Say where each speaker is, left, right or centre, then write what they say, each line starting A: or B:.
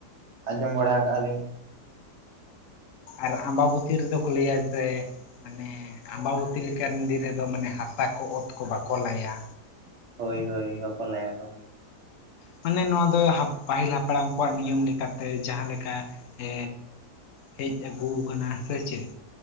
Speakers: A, on the right; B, on the left.
A: ᱟᱸᱡᱚᱢ ᱵᱟᱲᱟ ᱠᱟᱜ ᱟᱞᱤᱧ
B: ᱟᱨ ᱟᱢᱵᱟᱵᱚᱛᱤ ᱨᱮᱫᱚ ᱠᱚ ᱞᱟᱹᱭᱟ ᱡᱮᱼᱼ ᱢᱟᱱᱮ ᱟᱢᱵᱟᱵᱚᱛᱤ ᱞᱮᱠᱟᱱ ᱫᱤᱱ ᱨᱮᱫᱚ ᱢᱟᱱᱮ ᱦᱟᱛᱟ ᱠᱚ ᱚᱛ ᱠᱚ ᱵᱟᱠᱚ ᱞᱟᱭᱟ᱾
A: ᱦᱳᱭ ᱦᱳᱭ ᱵᱟᱠᱚ ᱞᱟᱭᱟ ᱠᱚ᱾
B: ᱢᱟᱱᱮ ᱱᱚᱣᱟ ᱫᱚ ᱯᱟᱹᱦᱤᱞ ᱦᱟᱯᱲᱟᱢ ᱠᱚᱣᱟᱜ ᱱᱤᱭᱚᱢ ᱞᱮᱠᱟᱛᱮ ᱡᱟᱦᱟᱸᱞᱮᱠᱟ᱾ ᱮᱻ
A: ᱦᱳᱭ
B: ᱦᱮᱡ ᱟᱹᱜᱩᱠᱟᱱᱟ ᱥᱮ ᱪᱮᱫ?